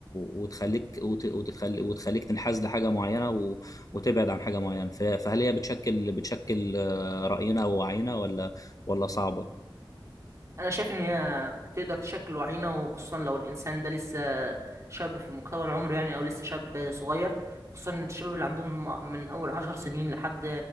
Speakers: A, on the left; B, on the right.
A: وتخليك وت... وتخليك وتخليك تنحاز لحاجه معينه و... وتبعد عن حاجة معينة ف- فهل هي بتشكل بتشكل آه، رأينا ووعينا ولا ولا صعبة؟
B: انا شايف ان هي تقدر تشكل وعينا وخصوصا لو الانسان ده لسه شاب في مقتبل عمره يعني او لسه شاب صغير خصوصا الشباب اللي عندهم من اول عشر سنين لحد